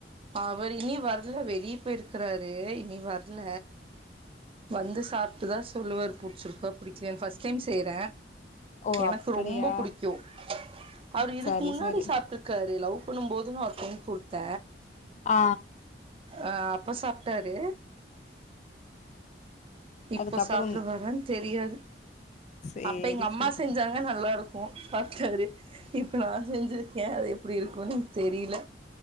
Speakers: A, on the right; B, on the left.
A: அவர் இனி வரல வெளியே போய் இருக்கறாரு இனி வரல வந்து சாப்ட்டுதா சொல்லுவாரு புடிச்சிருக்கா புடிக்கலயா ஃபஸ்ட் டைம் செய்ற
B: ஓ
A: எனக்கு
B: அப்படியா
A: ரொம்ப புடிக் கு அவரு இதுக்கு
B: சரி
A: முன்னாடி
B: சரி
A: சாப்ட்ருக்காரு லவ் பண்ணும்போது ஒரு டைம் குடுத்த
B: ஆ
A: ஆ அப்ப சாப்ட்டாரு இப்ப
B: அதுக்கப்புறம்
A: சாப்டுவாரானு தெரியாது
B: சேரி
A: அப்ப எங்க அம்மா
B: சேரி
A: செஞ்சாங்க நல்லா இருக்கு சாப்ட்டாரு இப்ப நா செஞ்சுருக்கே அது எப்புடி இருக்குன்னு எனக் தெரியல